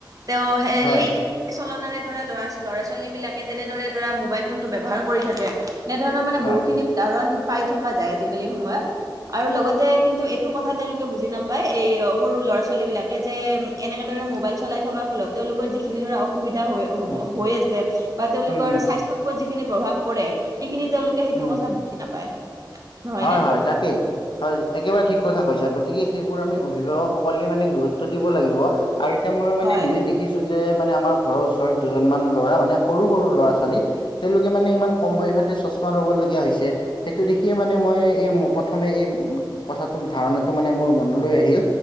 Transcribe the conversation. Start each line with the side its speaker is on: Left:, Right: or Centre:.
Right: তেওঁ
Left: হয়
Right: সেই সে‌ চলনাৰে ধৰা লৰা ল'ৰা-ছোৱালী বিলাকে তেনেদৰে ধৰা মোবাইল ফোনটো ব্যৱহাৰ কৰি থাকে। এনেধৰণৰ মানে
Left: হয়
Right: বহুতখিনি উদাহৰণ পায় থকা যায় আজিকালি সময়ত। আৰু লগতে কিন্তু এইটো কথা তেওঁলোকে বুজি নাপায় এ ই সৰু ল'ৰা-ছোৱালী বিলাকে যে এনেকে দৰে মোবাইল চলাই থকাৰ ফলত তেওঁলোকৰ যিখিনি ধৰা অস সুবিধা হৈ হব
Left: উম
Right: হৈ আছে বা তেওঁলোকৰ
Left: উম উম
Right: স্বাস্থ্যৰ ওপৰত যিখিনি প্ৰভাৱ পৰে, সেইখিনি তেওঁলোকৰ তে সেইটো
Left: উম
Right: কথা বুজি নাপায়। নহয়
Left: হয়
Right: নে?
Left: হয় তাকে! হয় একেবাৰে ঠিক কথা কৈছা! গতিকে সেইবোৰ আমি অভিভাৱকসকলে মানে গুৰুত্ব দিব লাগিব। আৰু এতিয়া মই মানে
Right: হয়
Left: নিজে দেখ দেখিছো যে মানে আমাৰ ঘৰৰ ওচৰত দুজনমান ল'ৰা মানে সৰু সৰু ল'ৰা-ছোৱালী। তেওঁলোকে মানে ইমান কম বয়সতে চশমা ল'ব লগীয়া হৈছে। সেইটো দেখি <unintelligible> এই প্ৰথমে এই কথাটো ধাৰণাটো মানে মোৰ মনলৈ আহিল।